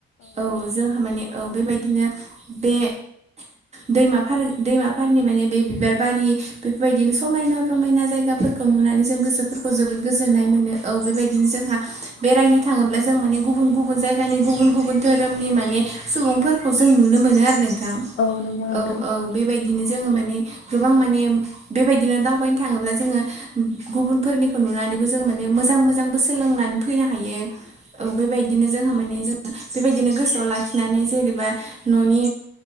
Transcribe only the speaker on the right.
औ जोंहा माने औ बेबायदिनो बे दैमाफारो दैमाफारनि माने बे बिबार बारि बेफोरबायदिनो समायना रमायना जायगाफोर खौ नुनानै जों गोसोफोरखौ जोबोद गोजोननाय मोनो औ बेबायदिनो जोंहा बेरायनो थाङोब्ला जों माने गुबुन गुबुन जायगानि गुबुन गुबुन धोरोमनि माने सुबुंफोरखौ जों नु नो मोनो आरो नोंथां।
औ औ बेबायदिनो जोङो माने गोबां माने बेबायदिनो दावबायनो थाङोब्ला जोङो गुबुनफोरनिखौ नुनानैबो जों माने मोजां मोजांबो सोलोंनान फैनो हायो। औ बेबायदिनो जोंहा माने जों <unintelligible> बेबायदिनो गोसोआव लाखिनानै जेनेबा न'नि